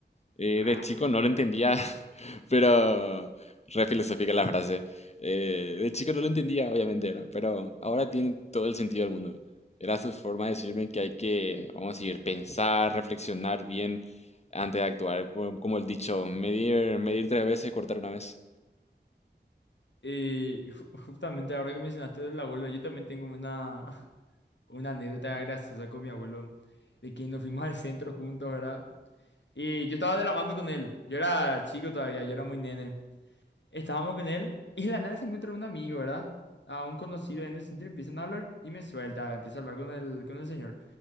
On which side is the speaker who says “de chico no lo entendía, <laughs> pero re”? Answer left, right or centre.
Left